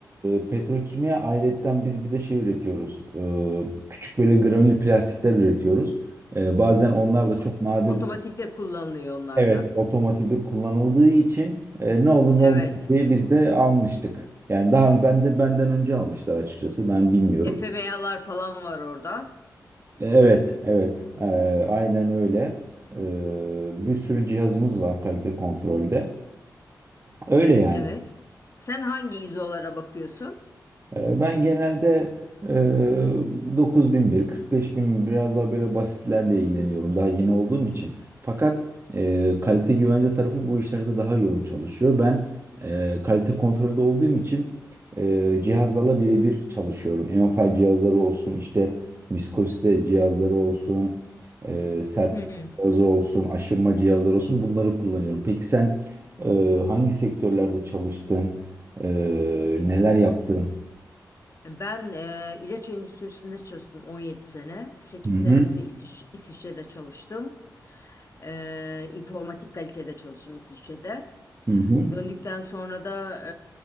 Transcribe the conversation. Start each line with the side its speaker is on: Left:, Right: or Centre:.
Right: e, petrokimya ayrıyetten biz bir de şey üretiyoruz. E, küçük böyle granül plastikler üretiyoruz. E, bazen onlar da
Left: O-
Right: çok nadir.
Left: Otomotivde kullanılıyor onlarda.
Right: Evet, otomotivde kullanıldığı için e, ne olur ne
Left: Evet.
Right: olmaz diye biz de almıştık. Yani daha önce ben de benden önce almışlar açıkçası ben bilmiyorum.
Left: FMA'lar falan var orada.
Right: E, Evet, evet. E, aynen öyle. E, bir sürü cihazımız var kalite kontrolde. Öyle yani.
Left: Evet. Sen hangi izolara bakıyorsun?
Right: Ee, Ben genelde e, dokuz bin bir, kırk beş bin bir biraz daha böyle basitlerle ilgileniyorum daha yeni olduğum için. Fakat e, kalite güvence tarafı bu işlerde daha yoğun çalışıyor. Ben e, kalite kontrolde olduğum için e, cihazlarla birebir çalışıyorum. MFI cihazları olsun, işte viskozite cihazları olsun, e, sertlik
Left: Hmm.
Right: cihazı olsun, aşınma cihazları olsun bunları kullanıyorum. Peki sen e, hangi sektörlerde çalıştın? E, neler yaptın?
Left: Ben e, ilaç endüstrisinde çalıştım 17 sene. 8
Right: Hı
Left: senesi
Right: hı.
Left: İsviç- İsviçre'de çalıştım. E, informatik kalitede çalıştım İsviçre'de.
Right: Hı hı.
Left: Döndükten sonra da